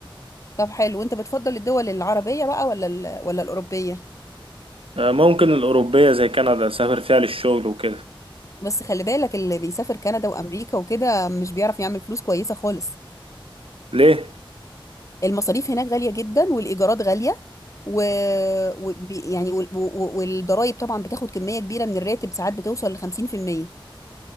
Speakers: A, on the left (about 35°); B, on the right (about 85°).
A: طب حلو وانت بتفضل الدول العربيه بقى ولا ال... ولا الاوروبيه
B: آه، ممكن الأوروبية زي كندا أسافر فيها للشغل وكده
A: بس خلي بالك اللي بيسافر كندا وامريكا وكده مش بيعرف يعمل فلوس كويسه خالص
B: ليه؟
A: المصاريف هناك غالية جدا والإيجارات غالية و... و... بي- يعني وال... و... والضرايب طبعا بتاخد كمية كبيرة من الراتب ساعات بتوصل ل 50%